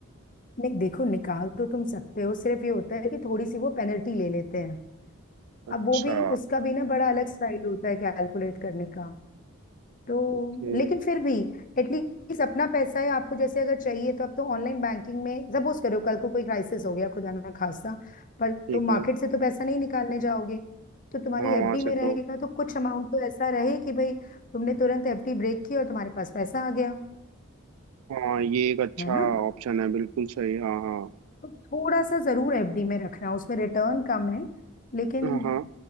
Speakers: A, on the left; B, on the right.
A: नहीं देखो निकाल तो तुम सकते हो सिर्फ ये होता है कि थोड़ी सी वो पेनल्टी ले लेते हैं
B: अच्छा
A: अब वो भी उसका भी ना बड़ा अलग स्टाइल होता है कैलकुलेट करने का तो
B: ओके
A: लेकिन फिर भी एटलीस्ट अपना पैसा है आपको जैसे अगर चाहिए तो अब तो ऑनलाइन बैंकिंग में सपोज करो कल को कोई क्राइसिस हो गया खुदा ना खास्ता पर
B: ठीक
A: तुम मार्केट
B: है
A: से तो पैसा नहीं निकालने जाओगे तो तुम्हारी
B: हाँ
A: एफडी
B: वहां
A: में
B: से तो
A: रहेगा तो कुछ अमाउंट तो ऐसा रहे कि भाई तुमने तुरंत एफडी ब्रेक की और तुम्हारे पास पैसा आ गया
B: हाँ ये एक अच्छा
A: है ना
B: ऑप्शन है बिल्कुल सही हाँ हाँ
A: तो थोड़ा सा जरूर एफडी में रखना उसमें रिटर्न कम है लेकिन
B: हाँ हाँ